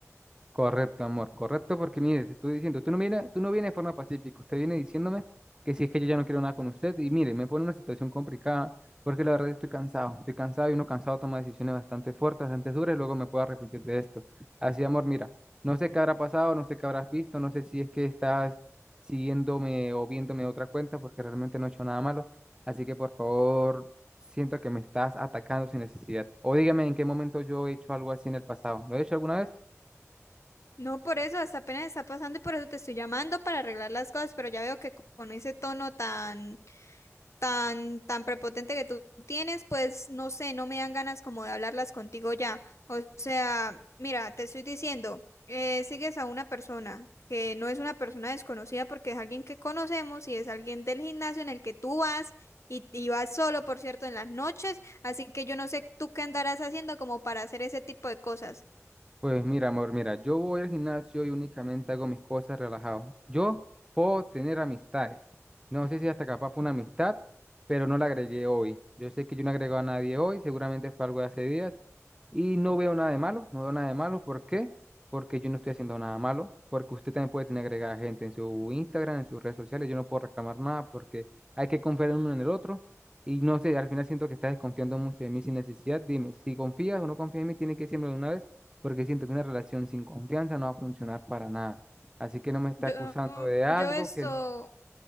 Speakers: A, on the right; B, on the left.
A: Correcto, amor, correcto, porque mire, te estoy diciendo, tú no viene, tú no vienes de forma pacífica, usted viene diciéndome que si es que yo ya no quiero nada con usted, y mire, me pone en una situación complicada, porque la verdad estoy cansado, estoy cansado y uno cansado toma decisiones bastante fuertes, bastante duras, y luego me puedo arrepentir de esto. Así, amor, mira, no sé qué habrá pasado, no sé qué habrás visto, no sé si es que estás siguiéndome o viéndome otra cuenta, porque realmente no he hecho nada malo, así que por favor, siento que me estás atacando sin necesidad, o dígame en qué momento yo he hecho algo así en el pasado, ¿lo he hecho alguna vez?
B: No, por eso, hasta apenas está pasando y por eso te estoy llamando para arreglar las cosas, pero ya veo que co- con ese tono tan, tan, tan prepotente que tú tienes, pues no sé, no me dan ganas como de hablarlas contigo ya. O sea, mira, te estoy diciendo, eh, sigues a una persona que no es una persona desconocida porque es alguien que conocemos y es alguien del gimnasio en el que tú vas y, y vas solo, por cierto, en las noches, así que yo no sé tú qué andarás haciendo como para hacer ese tipo de cosas.
A: Pues mira, amor, mira, yo voy al gimnasio y únicamente hago mis cosas relajado. Yo puedo tener amistades. No sé si hasta capaz fue una amistad, pero no la agregué hoy. Yo sé que yo no agrego a nadie hoy, seguramente fue algo de hace días y no veo nada de malo, no veo nada de malo. ¿Por qué? Porque yo no estoy haciendo nada malo, porque usted también puede tener agregada gente en su Instagram, en sus redes sociales. Yo no puedo reclamar nada porque hay que confiar en uno en el otro. Y no sé, al final siento que está desconfiando mucho de mí sin necesidad. Dime, si confías o no confías en mí, tiene que decirme de una vez, porque siento que una relación sin confianza no va a funcionar para nada. Así que no me está
B: Yo,
A: acusando de algo
B: yo esto...
A: que,